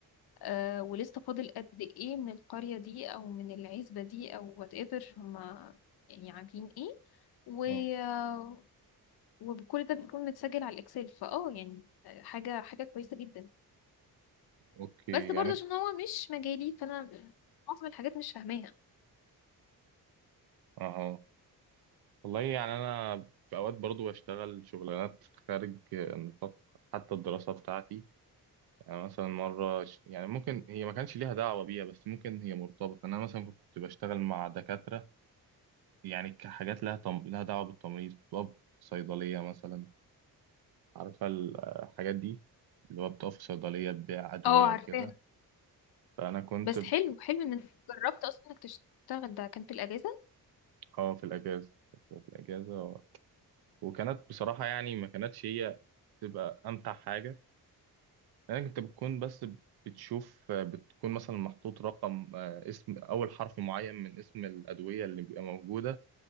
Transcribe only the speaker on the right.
اه
اوكي
يعني
اهو والله يعني أنا في أوقات برضو بشتغل شغلانات خارج نطاق حتى الدراسة بتاعتي يعني مثلا مرة ش- يعني ممكن هي ما كانش ليها دعوة بيها بس ممكن هي مرتبطة أنا مثلا كنت بشتغل مع دكاترة يعني كحاجات لها تم... لها دعوة بالتمريض كنت بقف في صيدلية مثلا عارفة الحاجات دي اللي هو بتقف في صيدلية تبيع أدوية
وكده فأنا كنت
ب-
اه في الأجازة كنت بقف في الأجازة و... وكانت بصراحة يعني ما كانتش هي تبقى أمتع حاجة يعني انت بتكون بس بتشوف بتكون مثلا محطوط رقم آه، اسم اول حرف معين من اسم الادويه اللي بيبقى موجوده